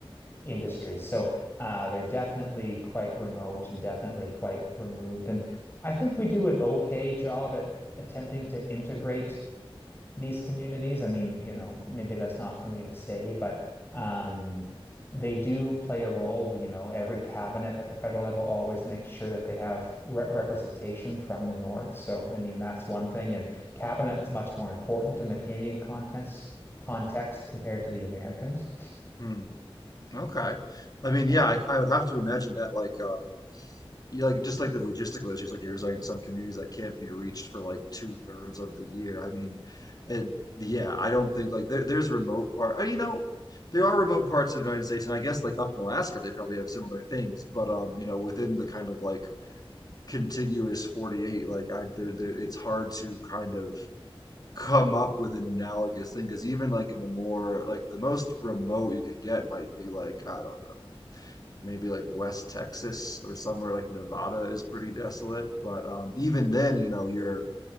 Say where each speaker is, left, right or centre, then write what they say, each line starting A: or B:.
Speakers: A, on the left; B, on the left.
A: industry, so uh, they're definitely quite remote and definitely quite removed. And I think we do an okay job at attempting to integrate these communities. I mean, you know, maybe that's not for me to say, but um, they do play a role. You know, every cabinet at the federal level always makes sure that they have re representation from the North. So, I mean, that's one thing. And cabinet was much more important in the Canadian context context compared to the Americans.
B: mm. Okay. I mean, yeah,
A: So,
B: I, I would have to imagine that like um Yeah, like just like the logistical issues, like you were saying, some communities that can't be reached for like two thirds of the year. I mean, and yeah, I don't think like there, there's remote part. uh, You know, there are remote parts of the United States, and I guess like up in Alaska, they probably have similar things. But um, you know, within the kind of like contiguous 48, like I, there, there, it's hard to kind of come up with an analogous thing because even like in the more like the most remote you can get might be like I don't know maybe like West Texas or somewhere like Nevada is pretty desolate. But um, even then, you know, you're